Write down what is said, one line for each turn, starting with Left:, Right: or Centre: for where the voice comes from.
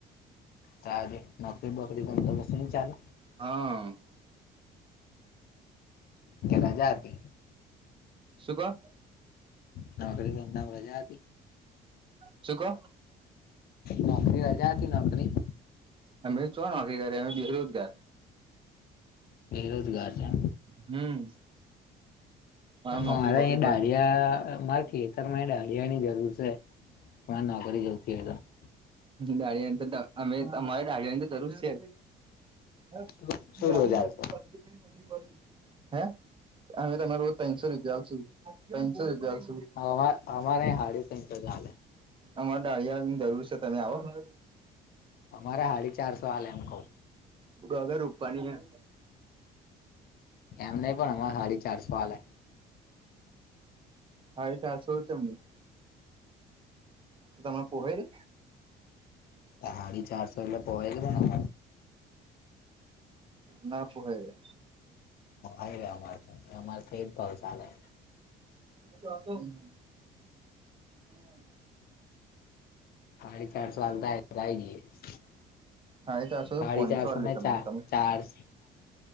Left: ત્યારે નોકરી બોકરી બંદોબસ્ત ન ચાલે- -
Right: હા.
Left: મજા હતી.
Right: શું ક- -
Left: નોકરી એમના મજા હતી.
Right: શું કો?
Left: નોકરી રજા હતી નોકરી.
Right: અમે ચો નોકરી અમે બેરોજગાર.
Left: બેરોજગાર છે.
Right: હમ. નોકરી
Left: મારે
Right: બોકરી
Left: એ ડાળીયા
Right: હોય
Left: મારે ખેતર માં ડાળીયા ની જરૂર છે. તેમા નોકરી જોયતી હોય એ તો- -
Right: દાળી ની તો અમે અમારે દાળીયા ની તો જરૂર છે. હ
Left: તો શું શું
Right: ગાડી
Left: રોજ આલશો
Right: ગાડી પર- - હે અમે તમાર રોજ તસો રૂપિયા આવશે તનસો રૂપિયા આવશે- -
Left: અમાર અમારે હારીસંહ ચાલે.
Right: અમારે ડાળિયાની જરૂર છે તમે આવોને?
Left: અમારે હાડી ચારસો આલયાએમ કહુ.
Right: ડૂગ રૂપા નની.
Left: એમને પણ અમારે સાડી ચાર હાલ.
Right: હાડી ચાસો ચમલીઘુ તમને પોહય?
Left: સાડી ચારશો એલે પોહ જો ના.
Right: ના પોહાય.
Left: અમાર અમારે તો જ ભાવ ચાલે..
Right: જશે- - હમ.
Left: <unintelligible>
Right: હાઈટ આઠસો
Left: હાડી
Right: તો પોનસો
Left: ચારસો
Right: આલે તમને
Left: ચાર
Right: તમે
Left: ચાર સ